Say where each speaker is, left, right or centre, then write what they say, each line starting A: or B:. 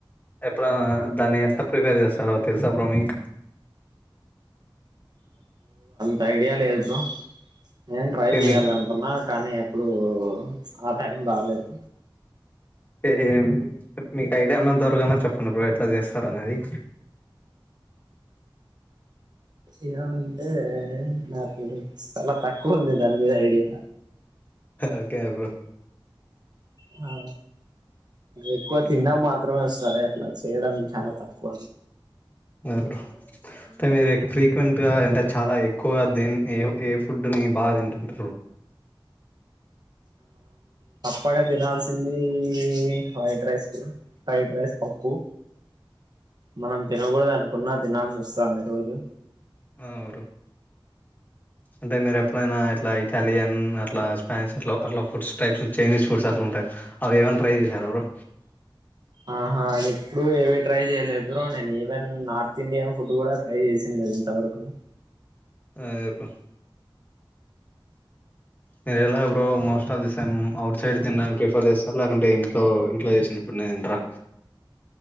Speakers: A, on the left (about 20°); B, on the right (about 50°).
A: ఎప్పుడనా దాన్ని ఎట్లా ప్రిపేర్ చేస్తారో తెలుసా బ్రో మీక్
B: తైడియా లేద్ బ్రో నేన్ ట్రై
A: ఏ
B: చేయాలనుకున్నా
A: మీకు
B: కానీ ఎప్పుడు ఆ టైం రాలేదు
A: ఎ ఎమ్ మీకు ఐడియా ఉనంతవరకు చెప్పండి బ్రో ఎట్లా చేస్తరు అనేది
B: ఎలా అంటే నాకు సాలా తక్కువుంది దాన్ మీద ఐడియా
A: ఓకే బ్రో
B: హ ఎక్కువ తిండం
A: మ్
B: మాత్ రమే ఒస్ తరే అట్లా చేయ్ డమ్ చాలా తక్కువ
A: బ్రో తామీర్ ఒక్ ఫ్రీక్వెంట్ గా ఎంతజ్ చాలా ఎక్కువగా దేన్ ఏ ఏ ఫుడ్డు ని బా తింటుంట్రూ
B: బాగా తినాల్ సింది ఇ white rice bro fried rice పప్పు మనం తినగోద్ అనుకున్నా తినాల్సి వోస్తాంది రోజు
A: ఆ బ్రో అంటే మీర్ ఎప్ ట్లయినా ఇట్లా ఇటాలియన్ అట్లా స్పాష్ అట్లో అట్లా ఫుడ్స్ టైప్స్ చేనీస్ ఫుడ్స్ అట్లా ఉంటాయ్ అవేవన్ ట్రై చేశారా బ్రో
B: ఆహా అదే ఇప్పుడు ఏవి ట్రై చేయలేదు బ్రో నేన్ ఈవెన్ నార్త్ ఇండియన్ ఫుడ్ కూడా ట్రై చేసింద్ లే ఇంతవరకు
A: ఆయేపో మీర్ ఎలా bro most of the same outside తిన్ డానికి ప్రిఫర్ చేస్తార లేకంటే ఇంట్లో ఇంట్లో ఏశిన ఫుడ్ నచ్ లేద్ ఇంట్రా